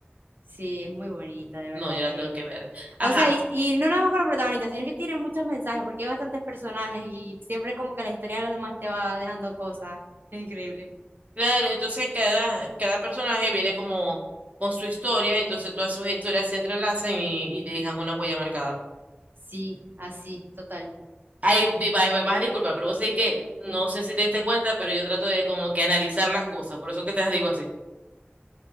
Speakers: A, on the right (about 60°); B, on the right (about 40°).
A: Sí, es muy bonita, de verdad
B: No, yo la
A: que.
B: tengo que ver. Ajá,
A: O sea, y, y no nada más con los protagonistas, sino que tiene muchos mensajes, porque hay bastantes personajes y siempre como que la historia de los demás te va dejando cosas. Es increíble.
B: claro, entonces cada, cada personaje viene como con su historia, entonces todas sus historias se entrelazan y, y dejan una huella marcada.
A: Sí, así, total. <laughs>
B: Ay, vi- va- me vas a disculpar, pero vos sabés que no sé si te diste cuenta, pero yo trato de como que analizar las cosas, por eso que te las digo así.